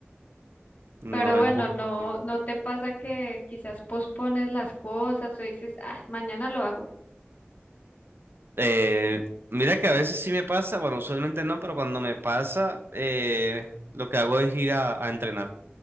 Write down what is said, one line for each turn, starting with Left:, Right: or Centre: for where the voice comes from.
Right: no
Left: Pero bueno,
Right: es justo.
Left: no, no te pasa que quizás pospones las cosas o dices, ah, mañana lo hago.
Right: Eh, mira que a veces sí me pasa, bueno, usualmente no, pero cuando me pasa, eh, lo que hago es ir a a entrenar.